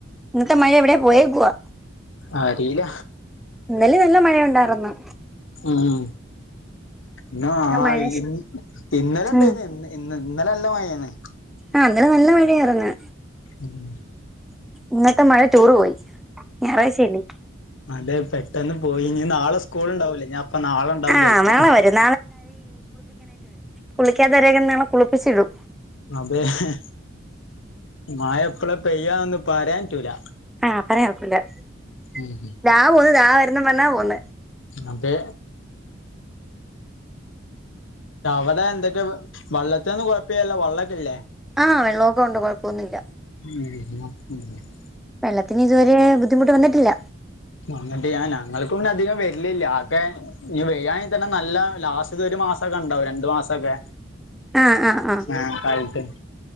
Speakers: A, in the centre; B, on the left.
A: ഇന്നത്തെ മഴ എവിടെയാ പോയേക്കുവാ
B: ആഹ് അറിയില
A: ഇന്നല്ലേ നല്ല മഴയ ഉണ്ടായിരുന്നു
B: ആഹ് പിന്ന
A: ഇന്ന്
B: ആ
A: മഴ
B: ഇ ഇന്നലെ ഉണ്ടായിന്ന്
A: ഉം
B: ഇന്ന ഇന്ന് ഇന്നലെ ല്ല മയെന്ന്.
A: ആഹ് <unintelligible> നല്ല മഴയായിരുന്ന്
B: ഉം.
A: ഇന്നത്തെ മഴ ടൂർ പോയി ഞായറാഴ്ചയല്ലേ
B: അതെ പട്ട പെട്ടന്ന് പോയി ഇനി നാളെ സ്കൂള് ഉണ്ടാവലേ ഞ അപ്പൊ നാളുണ്ടാവും
A: ആഹ്
B: ചിലപ്പോം
A: നാളെ വരും കുളിക്കാത രകുന്ന മ കുളിപ്പിച്ചിടും.
B: അതെ, ഹേ മയ എപ്പളാ പെയ്യാന്ന് പറയാൻ റ്റൂല.
A: ആഹ പറയാൻ കൊഴപ്പില്ലാ <unintelligible>
B: ഉം
A: വരുന്ന പറഞ്ഞാ പോന്ന
B: അപേ വടെ എന്തൊക്കെ വെള്ളത്തിന്നും കുഴപ്പ്യല്ലല്ലൊ വള്ളക്കെല്ലേ?
A: ആഹ് വെള്ളമൊക്കെ ഉണ്ട് കുഴപ്പൊന്നുമില്ല
B: <unintelligible>
A: വെള്ളത്തിന് ഇതുവരെ ബുദ്ധിമുട്ട് വന്നിട്ടില്ല.
B: അങ്ങിട്ട് ഞാ ഞങ്ങൾക്കൊന്ന് അധികം വര്ലില്ല ആക്കെ ഇനി വെയ്യൻ തന്നെ നല്ല ലാസ്റ്റ് ഒരു മാസൊക്കെ ഉണ്ടാവും രണ്ടു മാസൊക്കെ
A: ആഹ് ആഹ് ആഹ്
B: ആഹ്, കാലത്ത്